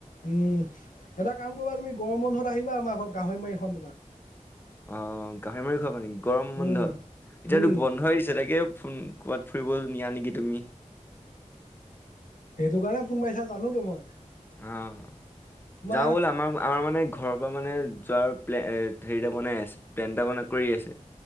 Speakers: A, on the left; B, on the left.
A: উম, এটা কাম কৰিবা তুমি গৰম বন্ধত আহিবা আমাৰ ঘৰত গাহৰি মাৰি খুৱাম তোমাক।
B: অ' গাহৰি মাৰি খুৱাবা নেকি, গৰম
A: উম,
B: বন্ধত এতিয়াতো
A: উম,
B: বন্ধই দিছে তাকে ফোন। ক'ৰবাত ফুৰিব নিয়া নেকি তুমি।
A: সেইটো কাৰণে ফোন মাৰিছা জানো তো মই।
B: অ'
A: তোমাৰ
B: যাওঁ বলা আমাৰ আমাৰ মানে। ঘৰৰ পৰা মানে যোৱাৰ প্লে হেৰিটা বনাই আছে, প্লেন এটা মনত পৰি আছে।